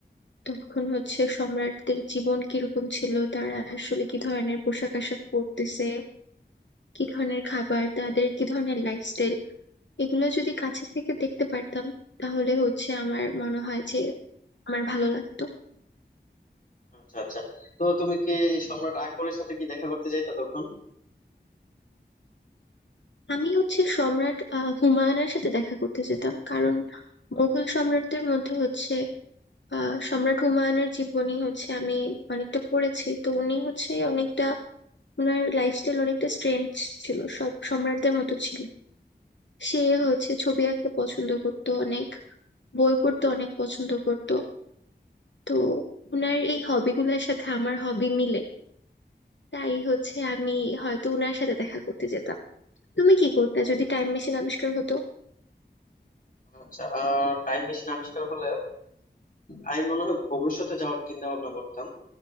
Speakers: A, on the left (about 80°); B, on the left (about 50°).
A: তখন হচ্ছে সম্রাটদের জীবন কিরকম ছিল তারা আসলে কি ধরনের পোশাক আশাক পরতেছে কি ধরনের খাবার তাদের কি ধরনের লাইফস্টাইল এগুলো যদি কাছে থেকে দেখতে পারতাম তাহলে হচ্ছে আমার মনে হয় যে আমার ভালো লাগতো
B: আচ্ছা আচ্ছা তো তুমি কি সম্রাট আকবরের সাথে কি দেখা করতে যাইতা তখন
A: আমি হচ্ছে সম্রাট আহ, হুমায়ুনের সাথে দেখা করতে যেতাম কারণ মুঘল সম্রাটদের মধ্যে হচ্ছে আহ সম্রাট হুমায়ুনের জীবনী হচ্ছে আমি অনেকটা পড়েছি তো উনি হচ্ছে অনেকটা ওনার লাইফস্টাইল অনেকটা স্ট্রেঞ্জ ছিল সব সম্রাটদের মতো ছিল সে হচ্ছে ছবি আঁকতে পছন্দ করতো অনেক বই পড়তে অনেক পছন্দ করতো তো ওনার এই হবিগুলোর সাথে আমার হবি মিলে তাই হচ্ছে আমি হয়তো উনার সাথে দেখা করতে যেতাম তুমি কি করতে যদি টাইম মেশিন আবিষ্কার হতো
B: আচ্ছা টাইম মেশিন আবিষ্কার হলে আমি মনে হয় ভবিষ্যতে যাওয়ার চিন্তা ভাবনা করতাম